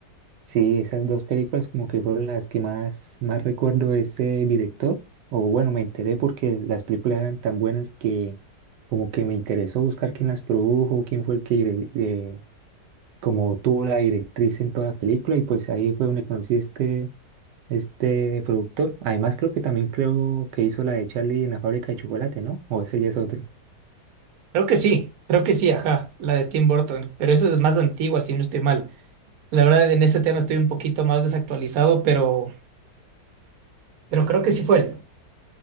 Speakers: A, on the right; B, on the right.
A: Sí, esas dos películas como que fueron las que más, más recuerdo de ese director. O bueno, me enteré porque las películas eran tan buenas que como que me interesó buscar quién las produjo, quién fue el que dire- eh, como tuvo la directriz en toda la película y pues ahí fue donde conocí este, este productor. Además creo que también creo que hizo la de Charlie en la fábrica de chocolate, ¿no? O ese ya es otro.
B: Creo que sí, creo que sí, ajá, la de Tim Burton, pero esa es más antigua, si no estoy mal. La verdad, en ese tema estoy un poquito más desactualizado, pero, pero creo que sí fue él.